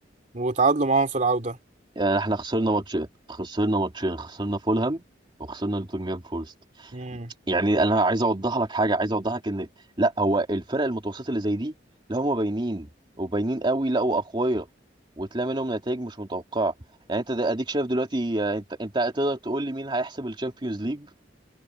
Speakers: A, on the right (about 40°); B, on the right (about 25°).
A: وتعادلوا معاهم في العودة
B: يعني احنا خسرنا ماتشين خسرنا ماتشين خسرنا فولهام وخسرنا نوتنجهام فورست
A: مم.
B: يعني انا عايز اوضح لك حاجه عايز اوضح لك ان لا هو الفرق المتوسطه اللي زي دي لا هم باينين وباينين قوي لا واقوياء وتلاقي منهم نتائج مش متوقعه يعني انت ده- اديك شايف دلوقتي آه، انت انت تقدر تقول لي مين هيحسب الشامبيونز ليج